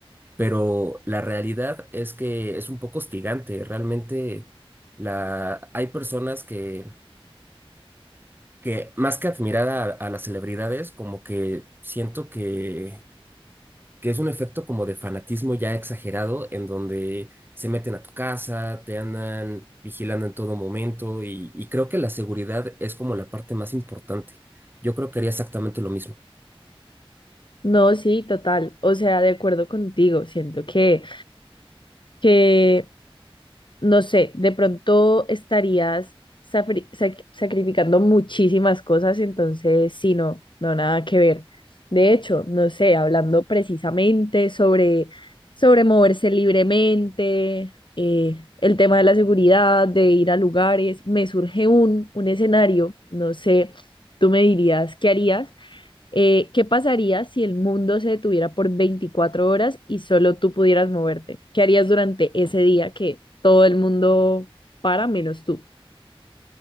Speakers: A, on the right; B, on the left.
A: pero la realidad es que es un poco hostigante. Realmente la, hay personas que, que más que admirar a, a las celebridades, como que siento que, que es un efecto como de fanatismo ya exagerado, en donde se meten a tu casa, te andan vigilando en todo momento y, y creo que la seguridad es como la parte más importante. Yo creo que haría exactamente lo mismo.
B: No, sí, total. O sea, de acuerdo contigo, siento que, que no sé, de pronto estarías safri- sac- sacrificando muchísimas cosas, entonces sí, no, no, nada que ver. De hecho, no sé, hablando precisamente sobre, sobre moverse libremente, eh, el tema de la seguridad, de ir a lugares, me surge un, un escenario, no sé, tú me dirías, ¿qué harías? Eh, ¿qué pasaría si el mundo se detuviera por 24 horas y solo tú pudieras moverte? ¿Qué harías durante ese día que todo el mundo para menos tú?